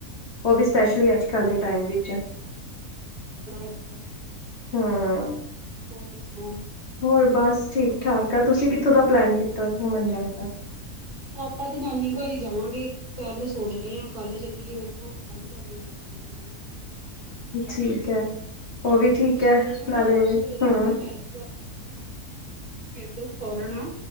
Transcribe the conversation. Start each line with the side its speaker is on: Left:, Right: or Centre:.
Left: ਓ ਵੀ ਸਪੈਸ਼ਲੀ
Right: ਹਾਂਜੀ
Left: ਅੱਜ
Right: ਹਾਂਜੀ
Left: ਕੱਲ੍ਹ ਦੇ ਟਾਈਮ ਵਿੱਚ।
Right: <unintelligible>
Left: ਹਾਂ
Right: ਹੋਰ ਸੁਣਾ?
Left: ਹੋਰ ਬਸ ਠੀਕ ਠਾਕ ਆ ਤੁਸੀਂ ਕਿੱਥੋਂ ਦਾ ਪਲੈਨ ਕੀਤਾ ਘੁੰਮਨ ਜਾਨ ਦਾ।
Right: ਆਪਾਂ ਤੇ ਨਾਨੀ ਘਰ ਈ ਜਾਵਾਗੀ ਕੱਲ ਸੋਚ ਰੀ ਆ। ਕੱਲ ਚੱਲੀਏ ਵੇਖੋ ਕੱਲ ਜਾਨੇ ਨੀ ਜਾਨੇ।
Left: ਠੀਕ ਐ ਉਹ ਵੀ ਠੀਕ ਐ
Right: ਨਾ
Left: ਨਾਲੇ ਓ ਵੀ
Right: ਬ੍ਰਦਰ
Left: ਹੂੰ
Right: <unintelligible> ਮੇਰੇ ਤੋਂ ਫੋਰਨ ਆ।